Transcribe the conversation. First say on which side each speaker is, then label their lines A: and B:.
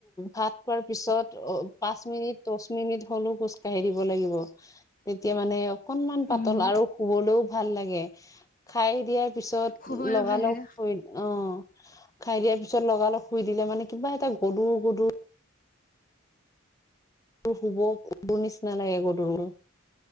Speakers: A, on the left (about 15°); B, on the left (about 45°).
A: ভাত খোৱাৰ পিছত অ পাঁচ মিনিট দচ মিনিট হ'লেও খোজ কাঢ়ি দিব ল তেতিয়া মানে অকনমান পাতল
B: উম
A: আৰু শুবলৈও ভাল লাগে খাই দিয়াৰ পিছত
B: শুবলৈ
A: লগালগ
B: ভাল লাগে
A: অ খাই দিয়াৰ পিছত লগালগ শুই দিলে মানে কিবা এটা গধুৰ গদুৰ শুব শুব নিচিনা লাগে গধুৰ